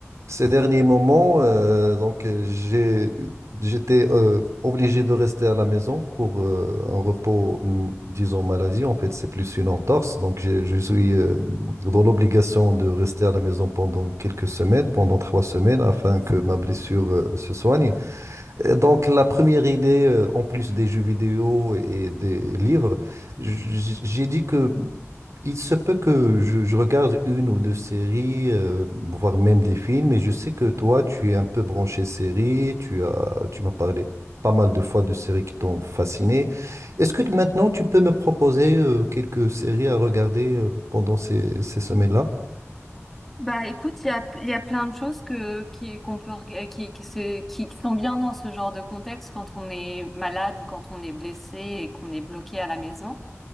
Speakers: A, on the right (about 75°); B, in the centre.
A: Ces derniers moments, euh, donc euh, j'ai j'étais euh, obligé de rester à la maison pour euh, un repos, hum, disons maladie. En fait, c'est plus une entorse. Donc j'ai- je suis euh, dans l'obligation de rester à la maison pendant quelques semaines, pendant trois semaines, afin que ma blessure euh, se soigne. Euh, Donc, la première idée, euh, en plus des jeux vidéo et des livres, j- j'ai dit que il se peut que je, je regarde une ou deux séries, euh, voire même des films, et je sais que toi, tu es un peu branché séries, tu as, tu m'as parlé pas mal de fois de séries qui t'ont fasciné. Est-ce que maintenant, tu peux me proposer, euh, quelques séries à regarder, euh, pendant ces, ces semaines-là?
B: Bah écoute, il y a, il y a plein de choses que, qui, qu'on peut, reg- qui, qui, se- qui sont bien dans ce genre de contexte quand on est malade ou quand on est blessé et qu'on est bloqué à la maison.